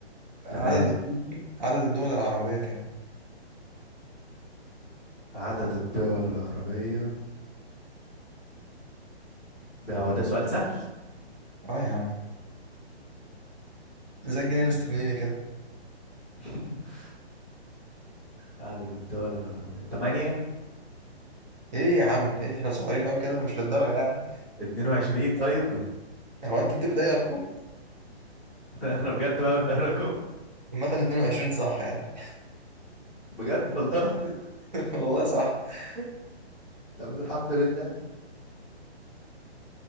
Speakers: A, on the right; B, in the centre.
A: عدد
B: تمام
A: الدول- عدد الدول العربية كام
B: عدد الدول العربية ده هو ده سؤال سهل
A: اه يا عم زي الجنيه
B: مم.
A: الاسترليني كده
B: <laughs> عدد الدول العربية تمانية
A: ايه يا عم ايه احنا صغيرين قوي كده مش للدرجة يعني
B: اتنين وعشرين طيب
A: هو انت بتبدأ اي ارقام
B: <laughs> انا بجد بقى بتقركم
A: عامة 22 صح يعني
B: بجد والله <laughs>
A: <laughs> والله صح <laughs>
B: طب الحمد لله